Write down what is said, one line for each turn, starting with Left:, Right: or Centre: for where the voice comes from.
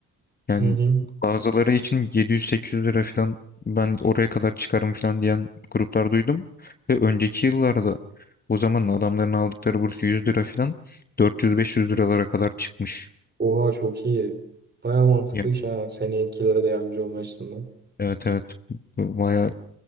Left: Yani
Right: Hı hı.
Left: bazıları için 700-800 lira falan ben oraya kadar çıkarım falan diyen gruplar duydum. Ve önceki yıllarda o zaman adamların aldıkları burs 100 lira falan 400-500 liralara kadar çıkmış.
Right: Oha çok iyi. Baya mantıklı
Left: Yani,
Right: iş ha. Seni etkilere de yardımcı olma açısından.
Left: evet evet baya